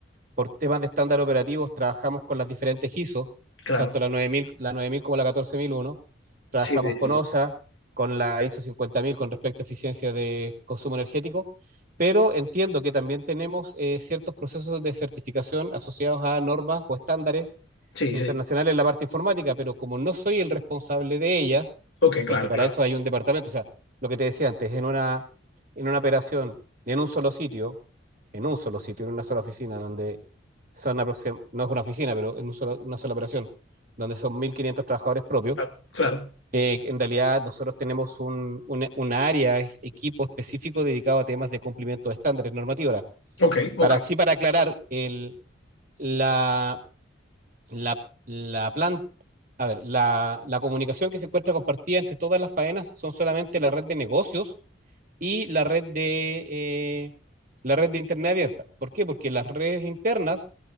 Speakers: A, on the right; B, on the left.
A: por temas de estándar operativos, trabajamos con las diferentes ISO,
B: Claro.
A: tanto la 9000 la 9000 como la catorce mil uno Trabajamos
B: Sí, sí,
A: con
B: sí.
A: OSA, con la ISO mil con respecto a eficiencia de consumo energético, pero entiendo que también tenemos eh, ciertos procesos de certificación asociados a normas o estándares
B: Sí,
A: internacionales
B: sí.
A: en la parte informática, pero como no soy el responsable de ellas,
B: Ok,
A: porque
B: claro,
A: para
B: claro,
A: eso hay un departamento, o sea, lo que te decía antes, en una, en una operación, en un solo sitio, en un solo sitio, en una sola oficina, donde son aproxim- no es una oficina, pero en un solo- una sola operación, donde son 1.500 trabajadores propios,
B: claro, claro.
A: eh, en realidad nosotros tenemos un, un una área, e- equipo específico dedicado a temas de cumplimiento de estándares normativos. Ahora,
B: Ok, ok.
A: Para así, para aclarar, el, la, la, la planta, a ver, la, la comunicación que se encuentra compartida entre todas las faenas son solamente la red de negocios y la red de, eh, la red de Internet abierta. ¿Por qué? Porque las redes internas,